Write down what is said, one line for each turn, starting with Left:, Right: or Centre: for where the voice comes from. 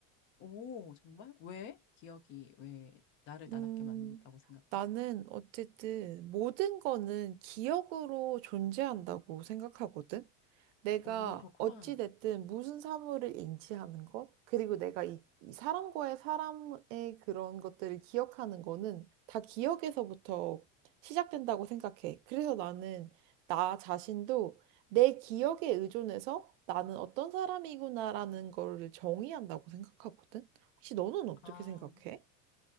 Left: 오, 정말? 왜? 기억이 왜 나를 나답게
Right: 음,
Left: 만든다고 생각해?
Right: 나는 어쨌든 모든 거는 기억으로 존재한다고 생각하거든. 내가
Left: 오, 그렇구나.
Right: 어찌됐든 무슨 사물을 인지하는 것, 그리고 내가 이, 이 사람과의 사람의 그런 것들을 기억하는 거는 다 기억에서부터 시작된다고 생각해. 그래서 나는 나 자신도 내 기억에 의존해서 나는 어떤 사람이구나라는 거를 정의한다고 생각하거든. 혹시 너는 어떻게
Left: 아,
Right: 생각해?